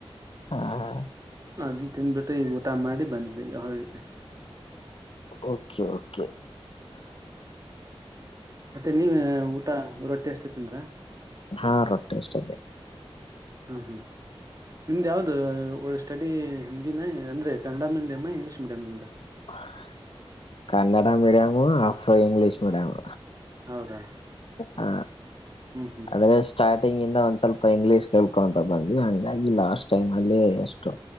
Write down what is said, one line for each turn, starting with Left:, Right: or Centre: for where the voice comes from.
Left: ಹಾ ಹ
Right: ಅದು ತಿನ್ಬಿಟ್ಟು ಈ ಊಟ ಮಾಡಿ ಬಂದಿದ್ದೆ ಈಗ ಹಿ
Left: ಓಕೆ ಕೆ
Right: ಮತ್ತೆ ನೀವ ಊತ ರೊಟ್ಟಿ ಎಷ್ಟತ್ತಂದ್ರ
Left: ಹಾ ರೊಟ್ಟಿಷ್ಟ
Right: ಹ್ಮ್ ಹ್ಮ್ ನಿಮ್ದ ಯಾವ್ದ ಸ್ಟಡಿ ಹಿಂದಿನ ಅಂದ್ರೆ ಕನ್ನಡ ಮೀಡಿಯಂ ಇಂಗ್ಲೀಷ್ ಮೀಡಿಯಂ ನಿಮ್ದ
Left: <inaudible> Kannada medium of English medium
Right: ಹೌದಾ
Left: ಹ
Right: ಹ್ಮ್ ಹ್ಮ್
Left: ಅ್ರೆ ಸ್ಟಾರ್ಟಿಂಗ್ ಇಂದ ಒಂದ ಸ್ವಲ್ಪ ಇಂಗ್ಲೀಷ್ ಕೇಳ್ಕೊಂತ ಬಂದ್ ಹಂಗಾಗಿ ಲಾಸ್ಟ್ ಟೈಮ್ ಅಲ್ಲಿ ಎಷ್ಟು